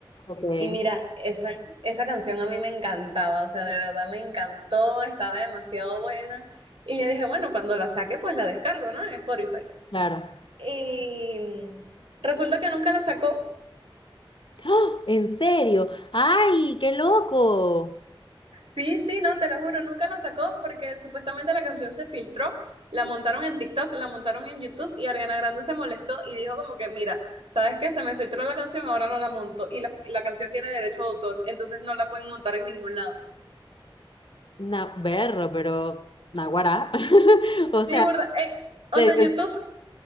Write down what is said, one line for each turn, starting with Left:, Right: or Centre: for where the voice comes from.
Left: Ok.
Right: Y mira, esa, esa canción a mí me encantaba, o sea, de verdad me encantó, estaba demasiado buena. Y yo dije, bueno, cuando la saque, pues la descargo, ¿no? En Spotify.
Left: Claro.
Right: Y mm, resulta que nunca la sacó.
Left: ¡Ah! ¿En serio? ¡Ay, qué loco!
Right: Sí, sí, no, te lo juro, nunca la sacó porque supuestamente la canción se filtró, la montaron en TikTok, la montaron en YouTube y Ariana Grande se molestó y dijo como que, mira, ¿sabes qué? Se me filtró la canción, ahora no la monto y la, la canción tiene derecho de autor, entonces no la pueden montar en ningún lado.
Left: Na berro, pero naguará. <laughs> O sea,
Right: Sí, burda, eh, o
Left: se
Right: sea,
Left: dio
Right: en YouTube